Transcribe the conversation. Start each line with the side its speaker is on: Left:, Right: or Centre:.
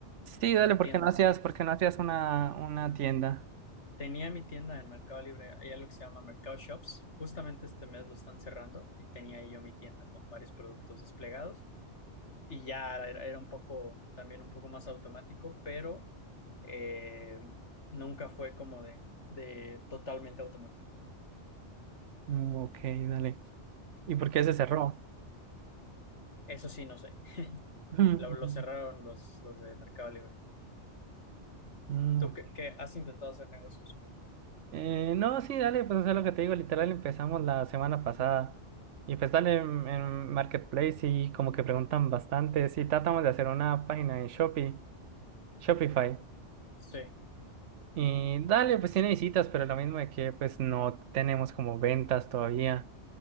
Right: Sí, dale,
Left: Una
Right: porque
Left: tienda.
Right: no hacías, porque no hacías una, una tienda?
Left: Tenía mi tienda en Mercado Libre, hay algo que se llama Mercado Shops. Justamente este mes lo están cerrando y tenía ahí yo mi tienda con varios productos desplegados y ya era, era un poco, también un poco más automático, pero eh, nunca fue como de, de totalmente automático.
Right: Mm, Ok, dale. ¿Y por qué se cerró?
Left: Eso sí, no sé.
Right: <laughs> Mm,
Left: Lo, lo cerraron los, los de Mercado Libre.
Right: mm,
Left: ¿Tú
Right: ok.
Left: qué, qué has intentado hacer negocios?
Right: Eh, no, sí, dale, pues eso es lo que te digo, literal empezamos la semana pasada y pues dale en, en Marketplace y como que preguntan bastante, sí, tratamos de hacer una página en Shopee, Shopify
Left: Sí.
Right: y dale, pues tiene visitas, pero lo mismo de que pues no tenemos como ventas todavía,